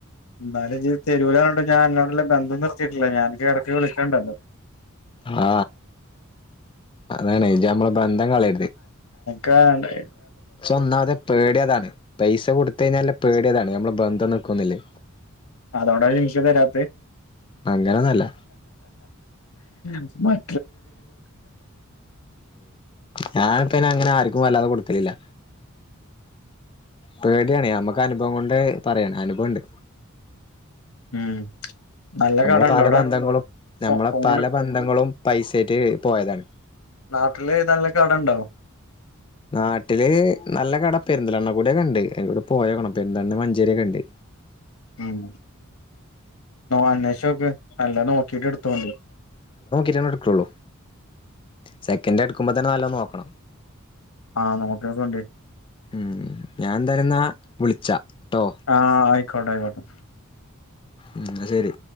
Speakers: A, on the left (about 85°); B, on the left (about 25°).
A: ന്നാലും ജ് തെരൂലാ പറഞ്ഞോണ്ട് ഞാൻ അന്നോട്ള്ള ബന്ധം നിർത്തിയിട്ടില്ല ഞാൻ അനക്ക് ഇടക്ക് വിളിക്കണ്ടല്ലോ
B: ആ അതാണ് ഇജ്ജ് നമ്മള ബന്ധം കളയര്ത്
A: കാണ്ടേ
B: പക്ഷ ഒന്നാമതെ പേടിയതാണ് പൈസ കൊടുത്ത കഴിഞ്ഞാല് പേടിയതാണ് നമ്മള് ബന്ധം നി ഓർക്കൊന്നില്ലേ
A: അതോണ്ട ജിംഷേ തരാത്തേ
B: അങ്ങനൊന്നല്ല
A: ഉസ്മാൻ
B: ഞാനിപൈന് അങ്ങനെ ആർക്കും വല്ലാതെ കൊടുക്കല്ല ഇല്ലില്ല പേടിയാണ് നമുക്ക് അനുഭവം കൊണ്ട് പറയണ് അനുഭവുണ്ട്
A: ഉം നല്ല
B: നമ്മളെ
A: കടണ്ടോ
B: പല
A: അവിടെ
B: ബന്ധങ്ങളും നമ്മളെ
A: ഫോ ഫോണ്
B: പല ബന്ധങ്ങളും പൈസായിട്ട്- പോയതാണ്
A: നാട്ടില് ഏതാള്ളേ കടണ്ടോ
B: നാട്ടില് നല്ല കട പെരുന്തലെണ്ണ കൂടെ ഒക്കെ ഉണ്ട് അതി കൂടെ പോയേക്കണം പെരുന്തലണ്ണ മഞ്ചേരിയൊക്കെ ഉണ്ട്
A: ഉം അന്വേഷിച്ചു നോക്ക് അല്ല നോക്കിട്ട് എടുത്തോണ്ടു
B: ജ്ജനെ ഇടക്കൊള്ളു സെക്കൻ്ആയി എടുക്കുമ്പോ തന്നെ നല്ലോ നോക്കണം നോക്കണം
A: ആഹ് നോക്കികണ്ടി
B: ഉം ഞാൻ എന്തായാലുന്ന വിളിച്ചാ ട്ടോ
A: ആഹ ആയി ക്കോട്ടായിക്കോട്ടെ
B: ഉം ന്ന ശരി